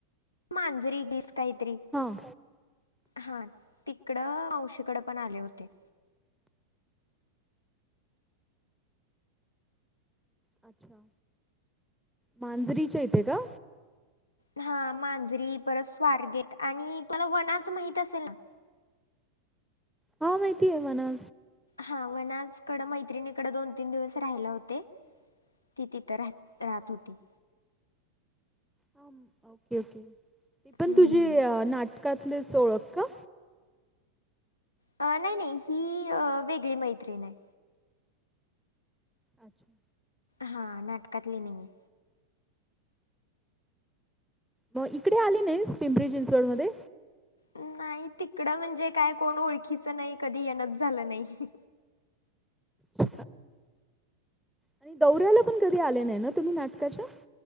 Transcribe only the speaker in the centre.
हां.
अच्छा मांजरीच्या यथे का.
हा माहिती आहे म्हणा.
ह ओके ओके ते पण
तुझे नाटकातले ओळख का.
अच्छा.
मग इकडे आली नाही पिंपरी चिंचवड मध्ये.
े आणि गौऱ्याला पण कधी आले नाही ना तुम्ही नाटकाच्या.